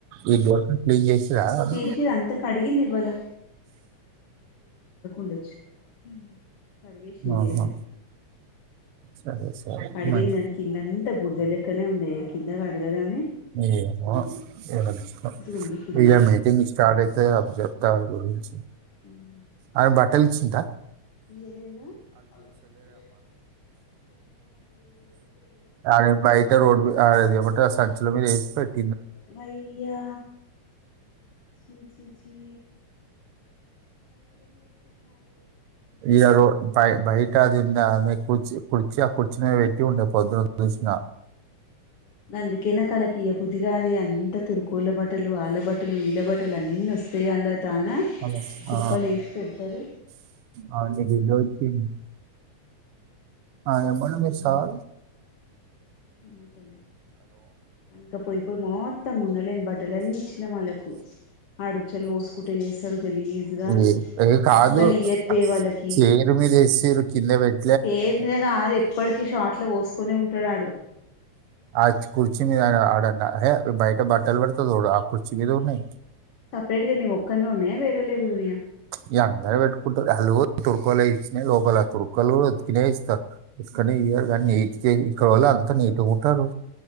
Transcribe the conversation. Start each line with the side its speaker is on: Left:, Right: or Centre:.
Right: ఈ డోర్కాయ్ క్లీన్ చేసిరా అది.
Left: తీసి అంత కడిగింది ఇవాళ <unintelligible> కడిగేసింది
Right: ఆహా
Left: <unintelligible>
Right: సరే
Left: <unintelligible>
Right: సరే మరి
Left: దాని కింద అంతా బుడద లెక్కనే ఉందియ కిందకి అడుగదా ఆమె
Right: ఏమో ఏమాం
Left: ఉంది కింద
Right: ఇక మీటింగ్ స్టార్ట్ అయితే అప్పుడు చెప్తా గురించి
Left: ఉమ్
Right: ఆమె బట్టలు ఇచ్చింద
Left: ఇయ్యలేదుగ ఆల్ తీసుకెళ్ళర్గ
Right: అడ బయిట రోడ్ ఆగ ఎమ్మట సంచుల మీద ఏసి పెట్టు
Left: మయ్యా....... చి చి చి
Right: ఇగ రో బయట కింద ఆమె కుర్చు కుర్చీ ఆ కుర్చీ మీద పెట్టి ఉండే పొద్దున చూసిన
Left: గందికే నాకు ఆళ్ళ కి ఇయ్యబుద్దిగాలే అంత తురుకోళ్ళ బట్టలు ఆళ్ల బట్టలు ఇళ్ల బట్టలు అన్ని వస్తాయి ఇగ అందరి తన్న
Right: ఆమె,
Left: కుప్ప
Right: ఆ,
Left: లేసి పెడతారు
Right: ఆ, నీ బిడ్డ వచ్చింది ఆ ఎంబడ్నే ఇస్తావా
Left: అమ్మ తల్లి ఇంకా పోయిపోయి మొత్తం ఉన్నలేని బట్టలన్నీ ఇచ్చిన వాళ్ళకు ఆడు ఉచ్చలు ఒసుకుంటా చేస్తాడు గలీజ్గా
Right: ఏ- ఏ కాదు
Left: అస్సలు ఇయద్దే వాళ్ళకి
Right: చైర్ మీద ఎసిరు కింద పెట్
Left: సెద్ మీద కాదు ఇప్పటికి షార్ట్ లో ఓసుకొని ఉంటాడాడు
Right: ఆర్చ్ కుర్చీ మీద ఆడ హె బయట బట్టల్ పెడతార్ చూడు ఆ కుర్చీ మీద ఉన్నాయ్
Left: సెపరేట్ గా నీ ఒక్కన్నె ఉన్నాయా వేరేళ్ళోయ్ కూడ ఉన్నాయ
Right: ఈ అందరు పెట్టుకుంటారు ఆళ్ళు తురకోళ్ళు ఇచ్చినీయే లోపల ఎడ్తురు తురకలు ఉతికినే ఇస్తారు ఇక్కడే
Left: ఛీ
Right: ఇయాలి కానీ నీట్గా ఇక్కడ వోళ్ళు అంతా నీట్గా ఉంటారు